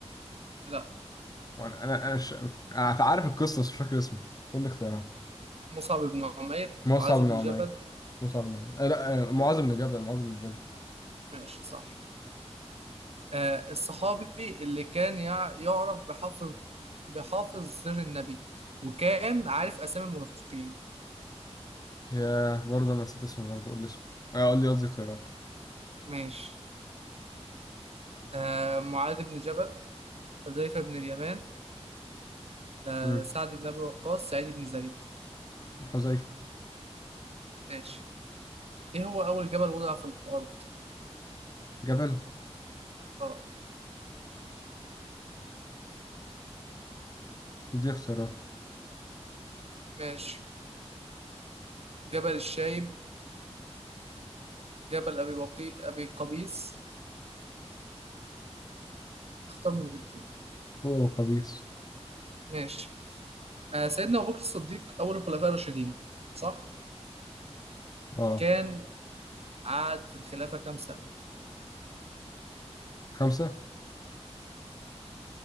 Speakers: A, on the right; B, on the left.
A: لا
B: <laughs> وأنا أنا أنا ش... أنا عارف القصة بس مش فاكر اسمه قول لي اختيارات
A: مصعب بن عمير
B: مصعب
A: معاذ
B: بن
A: بن
B: عمير
A: جبل
B: مصعب بن عمير آه، لا آه، معاذ بن جبل معاذ بن جبل
A: ماشي صح آه، الصحابي اللي كان يع- يعرف بحافظ بحافظ سر النبي وكان عارف أسامي المنافقين
B: يا برضه أنا نسيت اسمه برضه قول لي اسمه آه، قول لي قصدي اختيارات
A: ماشي آه، معاذ بن جبل حذيفة بن اليمان آه،
B: مم.
A: سعد بن أبي وقاص سعيد بن زيد
B: حذيفة
A: ماشي إيه هو أول جبل وضع في الأرض؟
B: جبل
A: أه
B: دي اختيارات
A: ماشي جبل الشايب جبل أبي بقي أبي قبيس اختار من الاثنين
B: هو قبيص
A: ماشي آه، سيدنا أبو بكر الصديق أول الخلفاء الراشدين صح؟
B: اه
A: كان قعد في الخلافة كام سنة؟
B: خمسة